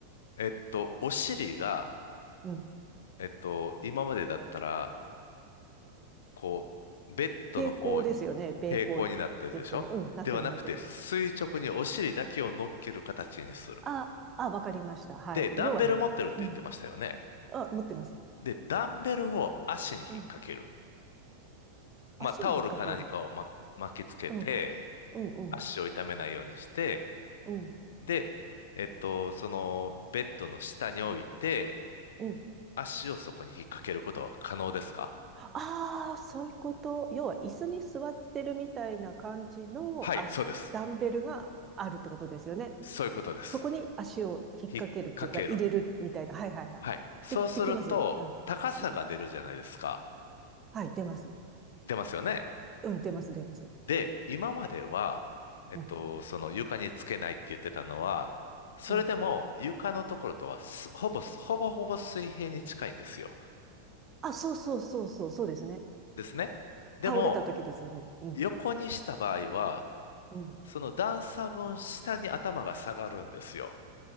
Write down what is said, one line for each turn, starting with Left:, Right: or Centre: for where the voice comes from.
Left: えっと、お尻が、
Right: うん。
Left: えっと、今までだったら、こう、ベッドの方に平行になってるでしょではなくて、
Right: 平行ですよね。平行、ベッドに。うん、なってるなってる。
Left: 垂直にお尻だけを乗っける形にする。
Right: あ、あ、わかりました。はい。
Left: で、ダンベル持ってるって言ってましたよね。
Right: 要は、うん。あ、持ってます。
Left: で、ダンベルを足に引っ掛ける。
Right: うん。
Left: まあ、
Right: 足に引っ掛ける。
Left: タオルか何かをま巻きつけて、
Right: うん。うん、うん。
Left: 足を痛めないようにして、
Right: うん。
Left: で、えっと、そのベッドの下に置いて、
Right: うん。
Left: 足をそこに引っ掛けることは可能ですか
Right: ああ、そういうこと。要は椅子に座ってるみたいな感じのあダンベルがあるってことですよね。
Left: はい、そうです。そういうことです。
Right: そこに足を引っ掛けるっていうか入れるみたいな。
Left: 引っ掛ける。
Right: はいはいはい。
Left: はい。そうすると、
Right: でき、できますよ。うん。うん
Left: 高さが出るじゃないですか。
Right: はい、出ます。
Left: 出ますよね。
Right: うん、出ます、出ます。
Left: で、今までは、えっと、
Right: うん。
Left: その床につけないって言ってたのは、それでも床のところとはすほぼ、
Right: うん。
Left: ほぼほぼ水平に近いんですよ。
Right: あ、そうそうそうそう、そうですね。
Left: ですね。でも、
Right: 倒れた時ですよね。うん。
Left: 横にした場合は、
Right: うん。
Left: その段差分下に頭が下がるんですよ。